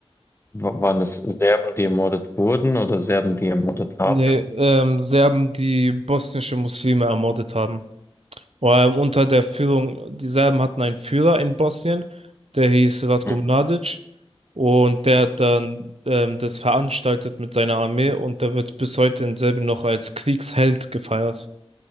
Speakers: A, on the left; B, on the right.
A: wa- waren es Serben, die ermordet wurden oder Serben, die ermordet
B: nee,
A: haben?
B: ähm, Serben, die bosnische Muslime ermordet haben. Ähm, unter der Führung, die Serben hatten einen Führer in Bosnien, der hieß Ratko
A: Mhm.
B: Mladic. Und der hat dann ähm, das veranstaltet mit seiner Armee und der wird bis heute in Serbien noch als Kriegsheld gefeiert.